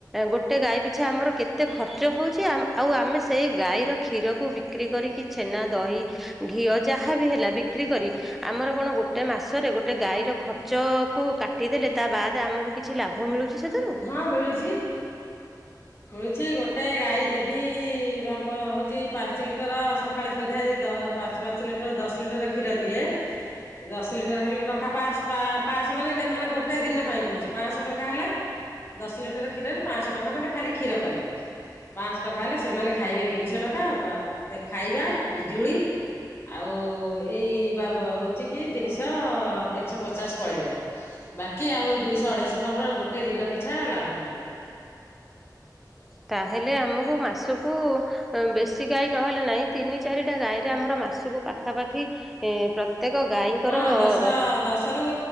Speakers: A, in the centre; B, on the left.
A: ଗୋଟେ ଗାଈି। ଆଛା ଆମର କେତେ ଖର୍ଚ୍ଚ ହେଉଛି, ଆଉ ଆମେ ସେଇ ଗାଈର କ୍ଷୀରକୁ ବିକ୍ରି କରିକି ଛେନା, ଦହି ଘିଅ ଯାହା ଯାହା ବି ହେଲା ବିକ୍ରି
B: ହୁଁ
A: କରି, ଆମର କଣ। ଗୋଟେ ମାସରେ, ଗୋଟେ ଗାଈର ଖର୍ଚ କୁ କାଟିଦେଲେ, ତା ବାଦେ ଆମକୁ କିଛି ଲାଭ ମିଳୁଛି। ସେଥିରୁ
B: ହଁ ମିଳୁଛି। ମିଳୁଛି ଗୋଟେ ଗାଈ ଯଦି, ଆମ ହଉଛି ପାଞ୍ଚ ଲିଟର ସଖାଳେ ସନ୍ଧ୍ୟା ଯଦି ଦ ପାଞ୍ଚ ପାଞ୍ଚ ଲିଟର ଦଶ ଲିଟର କ୍ଷୀର ଦିଏ, ଦଶ ଲିଟର ହେଲେ ଟଙ୍କା ପାଁସ ପା ପାଁସ ମାନେ ନେ ମାନେ ଗୋଟେ ଦିନ ପାଇଁ କହୁଛି ପାଁସ ଟଙ୍କା ହେଲେ। ଦଶ ଲିଟର କ୍ଷୀରରେ ପାଁସ ଟଙ୍କା, ମାନେ ଖାଲି କ୍ଷୀର କଲେ, ପାଁସ ଟଙ୍କା ହେଲେ, ସେମାନେ ଖାଇବେ ତିନିଶହ ଟଙ୍କା, ଖାଇବା, ବିଜୁଳି ଆଉ ଏଇ ବା ହଉଛି କି ତିନ୍ସ, ତିନ୍ସ ହ ପଚାଶ ପଳେଇବ ବାକି ଆଉ ଦୁଇଶହ ଅଢେଇଶହ ଟଙ୍କା ଗୋଟେ ଗୋଟେ ଦିନ ପିଛା ଲାଭ ବାହାରିବ।
A: ତାହେଲେ ଆମକୁ ମାସକୁ, ବେଶି ଗାଈ ନହେଲା ନାହିଁ, ତିନି ଚାରିଟା ଗାଈରେ ଆମର ମାସକୁ ପାଖାପାଖି ଏ ପ୍ରତ୍ୟେକ ଗାଈଙ୍କର
B: ହଁ ଦଶ ଦଶ ରୁ